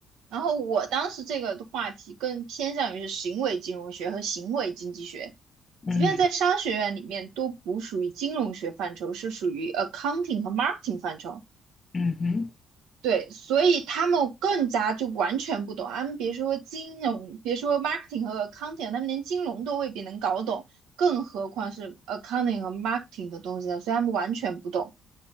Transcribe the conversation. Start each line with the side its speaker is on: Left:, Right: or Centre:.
Right: 然后我当时这个的话题更偏向于是行为金融学和行为经济学，
Left: 嗯
Right: 即便在商学院里面都不属于金融学范畴，是属于 accounting 和 marketing 范畴。
Left: 嗯哼，
Right: 对，所以他们更加就完全不懂，他们别说金融，别说 marketing 和 accounting，他们连金融都未必能搞懂，更何况是 accounting 和 marketing 的东西了，所以他们完全不懂。